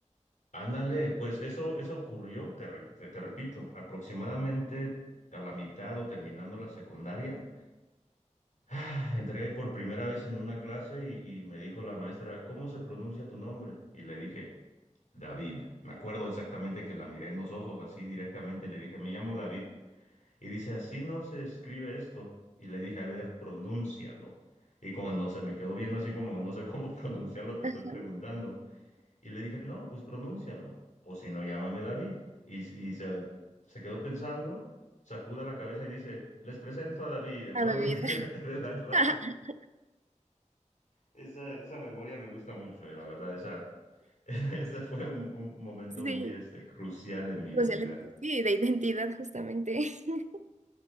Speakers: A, on the left; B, on the right.
A: Ándale, pues eso, eso ocurrió, te, re- te, te repito, aproximadamente a la mitad o terminando la secundaria. <sighs> Entré por primera vez en una clase y, y me dijo la maestra, ¿cómo se pronuncia tu nombre? Y le dije, David. Me acuerdo exactamente que la miré en los ojos así directamente, le dije, me llamo David. Y dice, así no se escribe esto. Y le dije, a ver, pronúncialo. Y cuando se me quedó viendo así como, no sé cómo <laughs> pronunciarlo, te
B: <laughs>
A: estoy preguntando. Y le dije, no, pues pronúncialo. O si no, llámame David. Y, y se, se quedó pensando, sacude la cabeza y dice, les presento a David, el
B: a
A: nuevo
B: David.
A: <laughs> integrante de la clase.
B: <laughs>
A: Esa, esa memoria me gusta mucho, eh, la verdad, esa, <laughs> ese fue un, un momento
B: Sí,
A: muy este, crucial en mi identidad.
B: social- sí, de identidad justamente. <laughs>